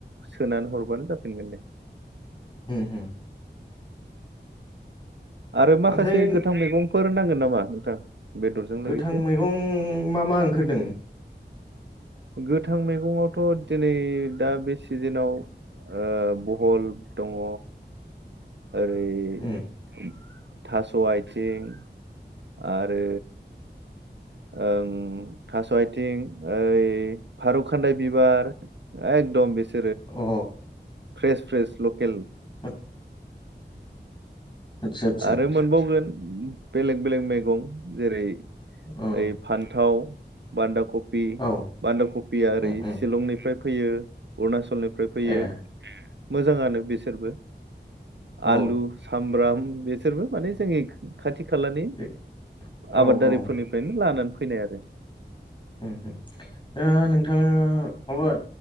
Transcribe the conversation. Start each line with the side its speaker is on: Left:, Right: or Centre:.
Right: सोनानै हरबानो जाफिनगोन दे
Left: उम उम
Right: आरो माखासे
Left: ओमफ्राय
Right: गोथां मैगं फोर नांगोन नामा नोंथां? बेदरजों
Left: गोथां
Right: लोगोसे
Left: मैगं मा मा ओंखारदों?
Right: गोथां मैगंआवथ' दिनै दा बे सिजिनाव ओ बहल दङ। ओरै
Left: उम
Right: उम थास' आइथिं आरो ओं थास' आइथिं ओइ खारु खान्दाय बिबार एकदम बेसे
Left: अ
Right: फ्रेश फ्रेश लकेल
Left: <unintelligible> आदसा आदसा
Right: आरो मोनबावगोन बेलेग बेलेग मैगं जेरै-
Left: औ
Right: ओइ फान थाव बान्दाखफ बि
Left: औ
Right: बान्दा कफिया ओरै
Left: उम उम
Right: सिलंनिफ्राय फैयो अरुना चलनिफ्राय फैयो
Left: ए
Right: मोजाङानो बिसोरबो
Left: औ
Right: आलु सामब्राम बिसोरबो माने जोंनि खा खाथिख खालानि
Left: बे औ
Right: आबादारिफोरनिफ्रायनो
Left: औ
Right: लानानै फैनाय आरो
Left: उमहु ओ नोंथाङा माबा